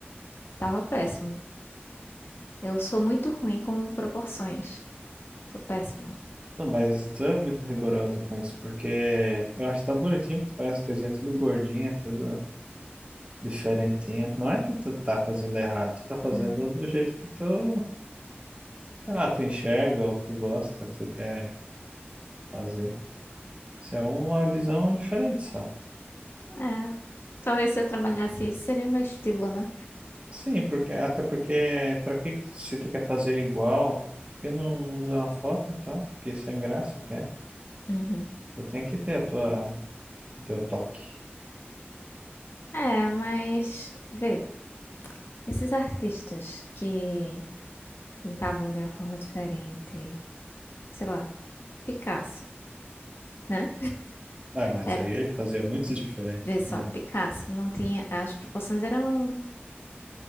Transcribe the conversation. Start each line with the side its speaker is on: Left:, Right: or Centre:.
Left: tava péssimo. Eu sou muito ruim com proporções. Sou péssima.
Right: Não, mas tu é muito rigorosa com isso, porque eu acho tão bonitinho que tu faz as coisinhas tudo gordinha, tudo diferentinha. Não é que tu tá fazendo errado, tu tá fazendo
Left: Hum.
Right: do jeito que tu, sei lá, tu enxerga ou que tu gosta, que tu quer fazer. Isso é uma visão diferente só.
Left: É, talvez se eu trabalhasse isso seria o meu estilo, né?
Right: Sim, porque até porque pra que se tu quer fazer igual, por que não usa uma foto então? Que sem graça que é.
Left: Uhum.
Right: Tu tem que ter a tua o teu toque.
Left: É, mas vê, esses artistas que pintavam de uma forma diferente, sei lá, Picasso, né?
Right: Ah, mas
Left: Era
Right: aí ele fazia muito diferente.
Left: Vê só,
Right: né?
Left: Picasso não tinha. As proporções eram.